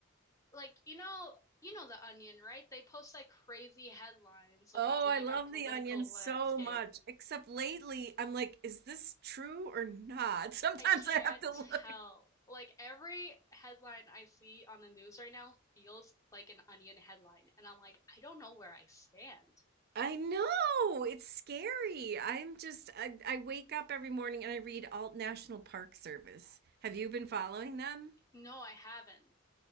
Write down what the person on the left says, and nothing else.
like you know you know the Onion, right? They post like crazy headlines about
like
our political
landscape.
I can't
tell. Like every headline I see on the news right now feels like an Onion headline, and I'm like, I don't know where I stand.
No, I haven't.